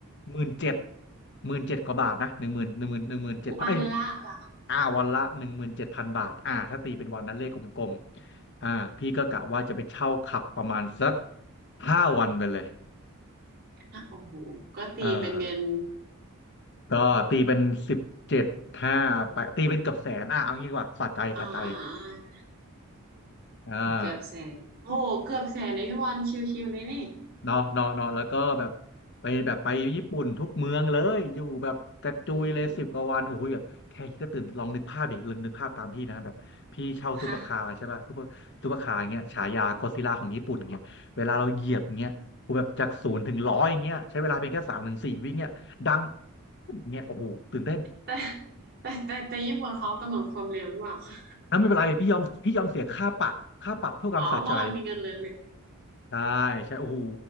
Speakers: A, on the left; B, on the right.
A: หมื่นเจ็ดหมื่นเจ็ดกว่าบาทนะหนึ่งหมื่นหนึ่งหมื่นหนึ่งหมื่นเจ็ดไอ้ย
B: วันละล้าน
A: อ่าวันละหนึ่งหมื่นเจ็ดพันบาทอ่าถ้าตีเป็นวันนั้นเลขกลมๆอ่าพี่ก็กะว่าจะไปเช่าขับประมาณสักห้าวันไปเลย
B: อะโอ้โหก็ตีเป็นเงิน
A: เออ ก็ตีเป็นสิบเจ็ดห้าไปตีเป็นเกือบแสนอ่ะเอางี้ดีกว่าสะใจสะใจ
B: อ่าอ่าอ่า
A: อ่า
B: เกือบแสนโอ้โหเกือบแสนในพี่วันชิวๆเลยนี่
A: เนาะเนาะเนาะแล้วก็แบบไปแบบไปญี่ปุ่นทุกเมืองเลยอยู่แบบกระจุยเลยสิบกว่าวันโอ้โหแบบแค่คิดก็ตื่นลองนึกภาพดิลองนึกภาพตามพี่นะแบบพี่เช่าซูเปอร์คาร์ใช่ป่ะซูเปอร์ซูเปอร์คาร์เงี้ยฉายาก็อดซิลล่าของญี่ปุ่นเงี้ยเวลาเราเหยียบเงี้ยโอ้โหแบบจากศูนย์ถึงร้อยเงี้ยใช้เวลาเพียงแค่สามถึงสี่วิเงี้ยดัง
B: อืมค่ะ
A: เงี้ยโอ้โหตื่นเต้น
B: แต่แต่แต่แต่ญี่ปุ่นเขากำหนดความเร็วหรือเปล่าคะ
A: อ่ะไม่เป็นไรพี่ยอมพี่ยอมเสียค่าปรับค่าปรับเพื่อความสะใจ
B: อ๋อเพราะเรามีเงินเหลือ
A: ใช่ใช่โอ้โห